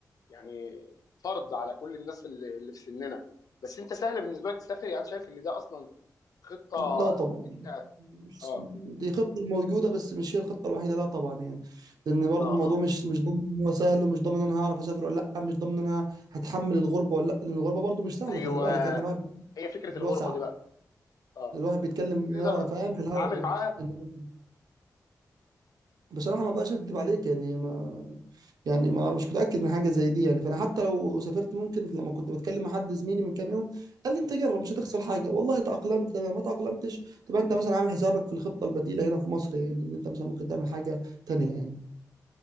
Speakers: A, on the left; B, on the right.
A: يعني فرض على كل الناس اللي, اللي في سننا بس انت سهل بالنسبه لك تسافر يعني شايف ان ده اصلا خطه
B: لا طبعا
A: انت
B: يعني مش-
A: اه
B: دي خطة موجودة بس مش هي الخطة الوحيدة لا طبعا يعني لأن برضو
A: اه
B: الموضوع
A: اه
B: مش مش ضامن إن هو سهل ومش ضامن إن أنا هعرف أسافر ولا لأ مش ضامن إن أنا هتحمل الغربة ولا لأ لأن الغربة برضو مش سهلة
A: ايوه
B: خلي بالك يعني الواحد بيتكلم
A: هي فكره
B: في
A: الغربه
B: الوسع
A: دي بقى اه
B: الواحد بيتكلم
A: انت تقدر
B: اه فاهم في الهوا
A: تتعامل
B: دلوقتي
A: معاها
B: إنما- بصراحة ما بقاش أكدب عليك يعني ما يعني ما انا مش متاكد من حاجه زي دي يعني فانا حتى لو سافرت ممكن لما كنت بتكلم مع حد زميلي من كام يوم قال لي انت جرب مش هتخسر حاجه والله تاقلمت تمام ما تاقلمتش تبقى انت مثلا عامل حسابك في الخطه البديله هنا في مصر يعني ان انت مثلا ممكن تعمل حاجه تانيه يعني